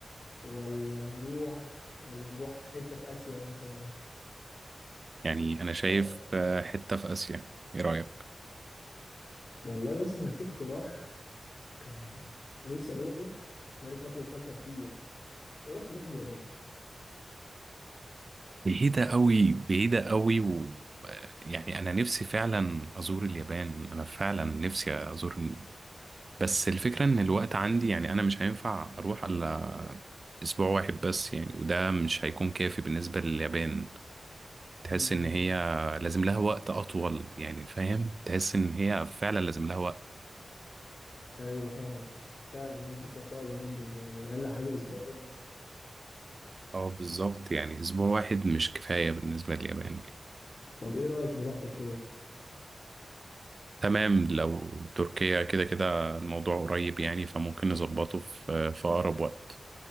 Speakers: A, on the left; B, on the right.
A: ولا نروح ولا نروح حتة في آسيا مثلا
B: يعني انا شايف
A: اه
B: آه، حتة في اسيا ايه رأيك
A: والله بص أنا في اقتراح كان نفسي اروحه بقالي فتره بفكر فيه يعني ايه رايك نروح اليابان
B: بعيدة قوي بعيدة قوي و يعني أنا نفسي فعلا أزور اليابان أنا فعلا نفسي أزور بس الفكرة إن الوقت عندي يعني أنا مش هينفع أروح إلا أسبوع واحد بس يعني وده مش هيكون كافي بالنسبة لليابان تحس
A: امم
B: إن هي لازم لها وقت أطول يعني فاهم تحس إن هي فعلا لازم لها وقت
A: ايوه فاهمك فعلا الناس بتروح تقعد هناك بال يعني اقل حاجه اسبوعين مثلا
B: اه بالظبط يعني أسبوع واحد مش كفاية بالنسبة لليابان يعني.
A: طب ايه رايك نروح تركيا
B: تمام لو تركيا كده كده الموضوع قريب يعني فممكن نظبطه في في أقرب وقت